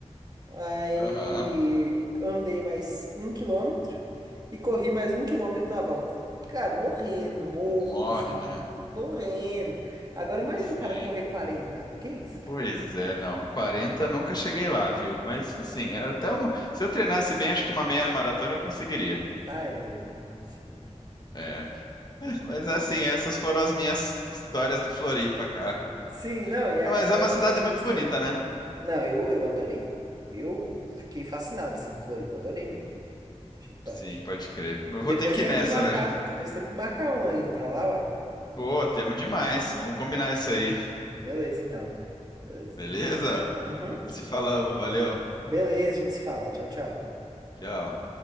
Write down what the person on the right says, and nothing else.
aí
andei mais um quilômetro e corri mais um quilômetro na volta. Cara, morrendo, morto,
assim,
morrendo. Agora imagina
o cara correr quarenta Que isso, cara?
Tá, é doido, eu não consigo, não.
Sim, não, e a-
a- as
minhas
também.
Não, eu, eu adorei. Eu fiquei fascinado, assim, com Floripa. Adorei mesmo. Achei top.
Depois
temos
que marcar.
Depois temos que marcar uma ida pra lá, uai.
Beleza, então. Beleza.
Uhum.
Beleza, a gente se fala. Tchau, tchau.